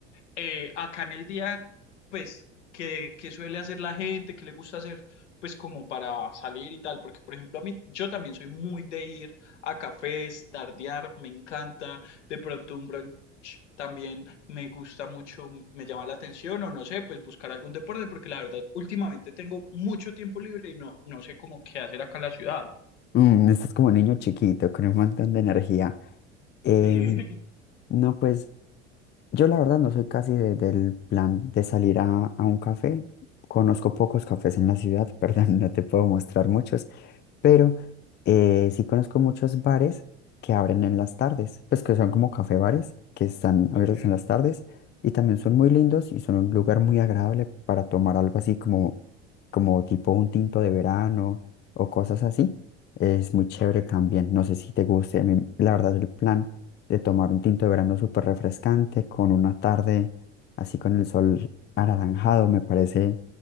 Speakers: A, on the left; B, on the left.
A: eh, acá en el día, pues, que, que suele hacer la gente, que le gusta hacer, pues, como para salir y tal, porque, por ejemplo, a mí, yo también soy muy de ir a cafés, tardear, me encanta, de pronto un brunch también me gusta mucho, me llama la atención, o no sé, pues, buscar algún deporte, porque la verdad, últimamente tengo mucho tiempo libre y no, no sé cómo qué hacer acá en la ciudad.
B: Mm, estás como niño chiquito, con un montón de energía. Em,
A: Sí. <laughs>
B: no, pues yo la verdad no soy casi de- del plan de salir a, a un café. Conozco pocos cafés en la ciudad, <laughs> perdón, no te puedo mostrar muchos. pero eh, sí conozco muchos bares que abren en las tardes, pues que son como café bares que están
A: Ok,
B: abiertos en las tardes y también son muy lindos y son un lugar muy agradable para tomar algo así como, como tipo un tinto de verano o cosas así. Es muy chévere
A: ok.
B: también, no sé si te guste, a mí la verdad el plan de tomar un tinto de verano súper refrescante con una tarde así con el sol anaranjado me parece